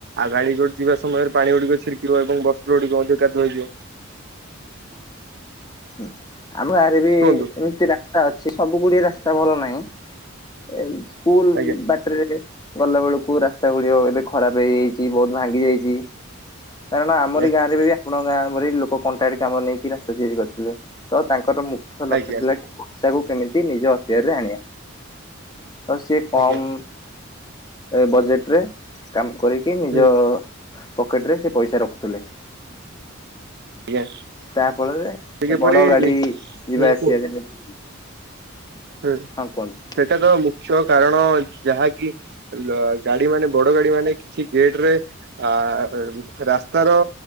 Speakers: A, on the right; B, on the left.
A: ଆଉ ଗାଡି ଯିବା ସମୟରେ ପାଣି ଗୁଡିକ ଛିିକ ପିବ ଏବଂ ବସ୍ତ୍ର ଗୁଡିକ ଅଧିକ କାଦୁଅ ହେଇଯିବ।
B: ହୁଁ ଆମ ଗାଁ ରେ ବି
A: କୁହନ୍ତୁ।
B: ଏମିତି ରାସ୍ତା ଅଛି ସବୁ ଗୁଡିଏ ରାସ୍ତା ଭଲ ନାହିଁ। ଏଇ ସ୍କୁଲ
A: ଆଜ୍ଞା
B: ବାଟରେ ଗଲା ବେଳକୁ ରାସ୍ତା ଗୁଡିକ ଏବେ ଖରାପ ହେଇଯାଇଛି ବହୁତ ଭାଙ୍ଗି ଯାଇଛି। କାରଣ ଆମରି
A: ଆଜ୍ଞା
B: ଗାଁରେ ବି ଆପଣ ଗାଁରେ ଭଳି ଲୋକ କଣ୍ଟ୍ରା ଟି କାମ ନେଇକି ରାସ୍ତା ତିଆରି କରିଛନ୍ତି। ଥିଲେ ତ ତାଙ୍କର ମୁଖ୍ୟ ଲକ୍ଷ୍ୟ
A: ଆଜ୍ଞା
B: ଥିଲା ପଇସାକୁ କେମିତି ନିଜ ଅକ୍ତିଆରରେ ଆଣିବା। ଆଉ ସି କମ୍
A: ଆଜ୍ଞା।
B: ବଜେଟରେ କାମ କରି କି ନିଜ
A: ହୁଁ
B: ପକେଟ ରେ ସେ ପଇସା ରଖୁଥିଲେ।
A: ଆଜ୍ଞା।
B: ଯାହା ଫଳରେ
A: ସେ କିପରି
B: ବଡ ଗାଡି
A: ନି-
B: ଯିବା
A: ହୁଁ
B: ଆସିବା
A: କୁହନ୍ତୁ
B: ଯେମିତି
A: ହୁଁ
B: ହଁ କୁହନ୍ତୁ
A: ସେଟା ତ ମୁଖ୍ୟ କାରଣ ଯାହାକି ଲ ଗାଡି ମାନେ ବଡ ଗାଡି ମାନେ କିଛି ଗେଟ ରେ ଆ ରାସ୍ତାର